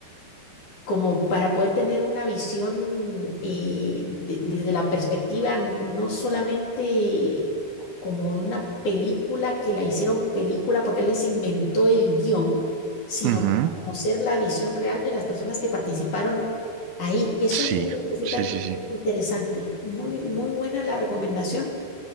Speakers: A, on the left (about 50°); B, on the right (about 75°).
A: como para poder tener una visión eh, de- desde la perspectiva n- no solamente co- como de una película que la hicieron película porque alguien se inventó el guión, sino
B: ujú,
A: para conocer la visión real de las personas que participaron ahí. Eso
B: Sí,
A: me resulta
B: sí,
A: bien
B: sí, sí.
A: interesante. Muy, muy buena la recomendación.